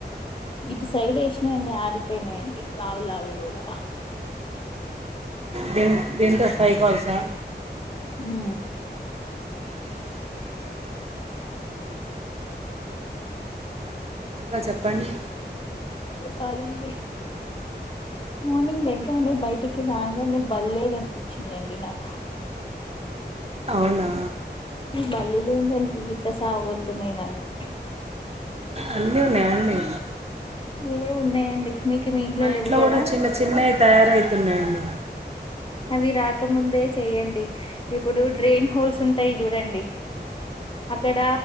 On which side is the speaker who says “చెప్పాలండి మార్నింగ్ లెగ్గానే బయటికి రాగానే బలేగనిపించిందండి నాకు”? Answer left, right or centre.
Left